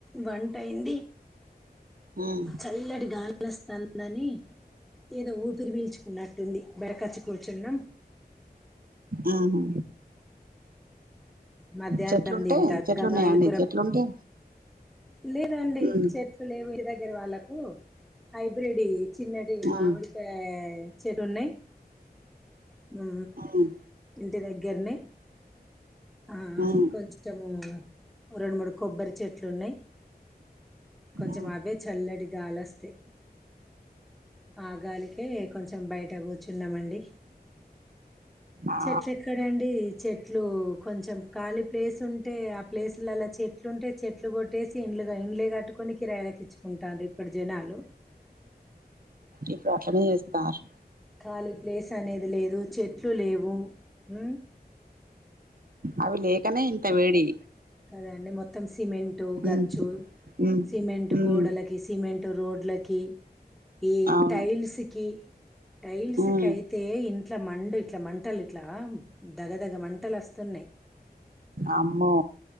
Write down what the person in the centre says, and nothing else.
వంటయ్యుంది
చల్లటి గాళస్థాంది నని ఏదో ఊపిరి వీల్చుకున్నట్టుంది బరకచ్చి కూర్చున్నం
మధ్యాహ్నం
దంత
గంగమలి
కూర
లేదండి
చెట్లు లేవు <unintelligible> దగ్గర వాళ్ళకు హైబ్రిడి చిన్నటి
మామిడికాయె చెట్ ఉన్నాయి ఊ
ఇంటి దగ్గరనే ఆ ఆ
కొంచెము ఓ రెండు మూడు కొబ్బరి చెట్లు ఉన్నాయి. కొంచమ
అవే చల్లటి గాలొస్తాయ్ ఆ గాలికే కొంచెం ం బయటకు కూచ్చున్నాండి డి
చెట్లు ఎక్కడండి చెట్లు కొంచెం ళీ ప్లేస్ ఉంటే ఆ ప్లేస్ల లల్లో చెట్ చెట్లుంటే చెట్లు కొట్టేసి ఇండ్లుగా ఇంలే కాట్టు కొన్ని కిరాయలకు ఇచ్చుకుంటాడ్రు ఇప్పుడు జనాలు
ఖాళీ ప్లేస్ అనేది లేదు చెట్లు లేవు ఊ
కదండి మొత్తం సిమెంటు గచ్చు
సిమెంటు
గోడలకి సిమెంటు రోడ్లకి ఈ
టైల్స్ కి టైల్స్
కి అయితే ఇంట్ల మండు ఇట్లా మంటలు ఇట్లా దగదగ మంటలు వస్త తున్నయ్